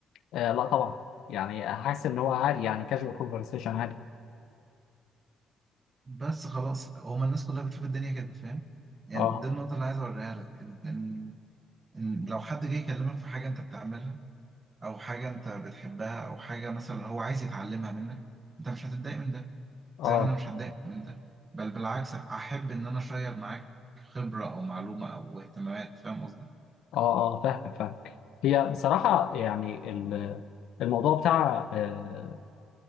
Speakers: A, on the left; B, on the right.
A: آه، لا طبعا يعني حاسس ان هو عادي يعني كاجوال كونفرسيشن عادي
B: بس خلاص هما الناس كلها بتشوف الدنيا كده فاهم يعني
A: اه
B: دي النقطة اللي عايز أوريها لك إن إن إن لو حد جه يكلمك في حاجة أنت بتعملها أو حاجة أنت بتحبها أو حاجة مثلا هو عايز يتعلمها منك أنت مش هتتضايق من ده
A: اه
B: زي ما أنا مش هتضايق من ده بل بالعكس أحب إن أنا أشير معاك خبرة أو معلومة أو اهتمامات فاهم قصدي؟
A: اه اه فاهمك فاهمك هي بصراحة يعني ال- الموضوع بتاع آه،